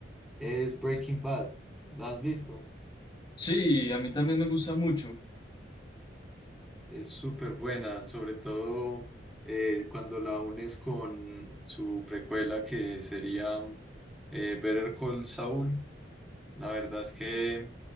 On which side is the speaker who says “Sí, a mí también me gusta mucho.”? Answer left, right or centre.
Left